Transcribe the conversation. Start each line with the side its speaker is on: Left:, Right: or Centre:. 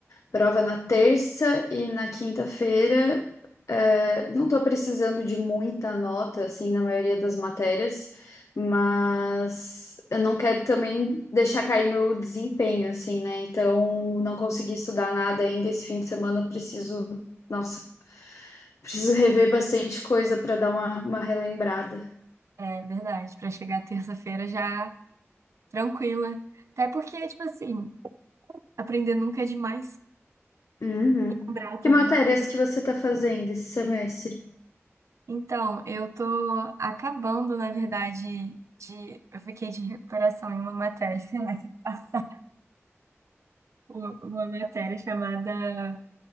Left: prova na terça e na quinta-feira. É, não tô precisando de muita nota, assim, na maioria das matérias, mas eu não quero também deixar cair meu desempenho, assim, né? Então, não consegui estudar nada ainda esse fim de semana, eu preciso, nossa, preciso rever bastante coisa para dar uma, uma relembrada.
Right: É verdade, pra chegar terça-feira já tranquila. Até porque, tipo assim, aprender nunca é demais,
Left: Uhum.
Right: lembrar também
Left: Que matérias
Right: nunca é demais.
Left: que você tá fazendo esse semestre?
Right: Então, eu tô acabando, na verdade, de. Eu fiquei de recuperação em uma matéria, <laughs> sei lá, que passa- uma uma matéria chamada.